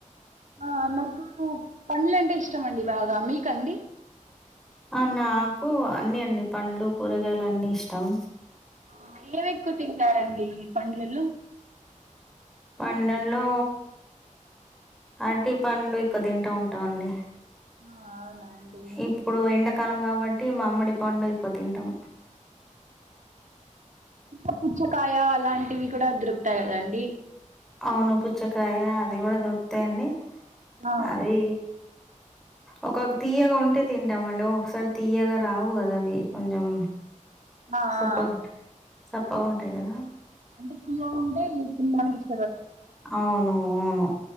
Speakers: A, on the right; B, in the centre.
A: ఆ నాకు పండ్ల అంటే ఇష్టం అండి బాగా మిక్ అండి
B: ఆ నాకు అన్ని అండి పండ్లు కూరగాయలు అన్ని ఇష్టం
A: ఆ ఏవీ ఏక్కువా తింటారండి ఈ పండ్లలో
B: పన్నెలో అరటి పండు ఎక్కువ తింటా ఉంటాండి
A: ఆ అవునండి
B: ఇప్పుడు ఎండాకాలం కాబట్టి మామీడి పండు ఎక్కువ తింటాం
A: ఇంకా పుచ్చకాయ అలాంటివి కూడా దొరుకుతాయి కదండి
B: అవును పుచ్చకాయ అది కూడా దొరుకుతాయి అండి
A: ఆ
B: అది ఒక తీయగా ఉంటే తింటామండి ఒకసారి తీయగా రావు కదా అవి కొంచెం
A: ఆ
B: సప్పగా
A: ఆ
B: సప్పగా ఉంటాయి కదా
A: అంటే తీయగా ఉంటే తినడానికి ఇష్
B: అవును అవును